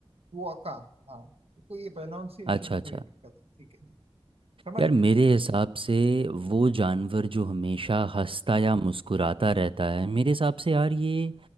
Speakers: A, on the right; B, on the right.
A: कोका हाँ तो ये प्रोनाउंसिएशन
B: अच्छा
A: में
B: अच्छा
A: थोड़ी दिक्कत है ठीक है ठीक है। समझ
B: यार
A: गया
B: मेरे हिसाब से वो जानवर जो हमेशा हंसता या मुस्कुराता रहता है मेरे हिसाब से यार ये